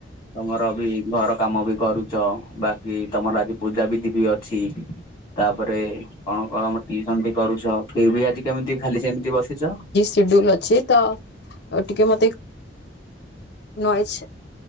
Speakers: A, on the left; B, on the left.
A: ତମର ବି ଘର କାମ ବି କରୁ ଚ ବାକି ତମର ଆଜି ପୂଜାବିଧି ବି ଅଛି ତାପରେ କଁ <unintelligible> ଟିସନ ବି କରୁଛ ଫିର ବି ଆଜି କେମିତି ଖାଲି ସେମିତି ବସିଛ?
B: ସେଡୁଲ ଅଛି ତ ଟିକେ ମତେ ନଏଜ